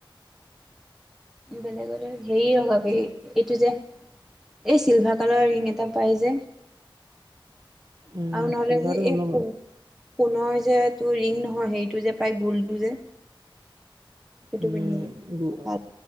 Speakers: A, in the centre; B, on the right.
A: বেলেগলৈ হেৰি লখাবি এইটো যে এই চিলভাৰ কালাৰৰ ৰিং এটা পাই যে
B: উম,
A: আৰু নহ'লে
B: চিলভাৰটো
A: যে
B: নলগাওঁ
A: এই সোণৰ যেটো ৰিং নহয় সেইটো যে পায় গ'লটো যে সেইটো
B: উম
A: পিন্ধিবি
B: গো
A: ভাল